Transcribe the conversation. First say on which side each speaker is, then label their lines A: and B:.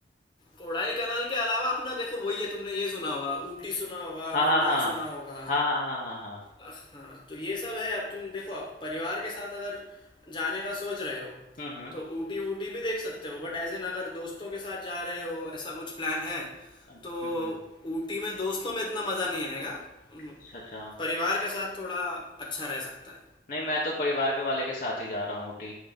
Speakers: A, on the left; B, on the left.
A: कोडाई कनाल के अलावा अपना देखो वही है तुमने ये सुना होगा ऊटी सुना होगा
B: हाँ
A: मुन्नार
B: हाँ
A: सुना होगा
B: हाँ हाँ हाँ हाँ हाँ हाँ
A: अह, हाँ तो ये सब है अब तुम देखो अब परिवार के साथ अगर जाने का सोच रहे हो
B: हम्म हम्म
A: तो ऊटी वूटी भी देख सकते हो बट एज इन अगर दोस्तों के साथ जा रहे हो ऐसा कुछ प्लान है
B: हम्म
A: तो
B: हम्म।
A: ऊटी में दोस्तों में इतना मज़ा नहीं आएगा हम्म,
B: अच्छा अच्छा
A: परिवार के साथ थोड़ा अच्छा रह सकता है
B: नहीं मैं तो परिवार के वाले के साथ ही जा रहा हूँ ऊटी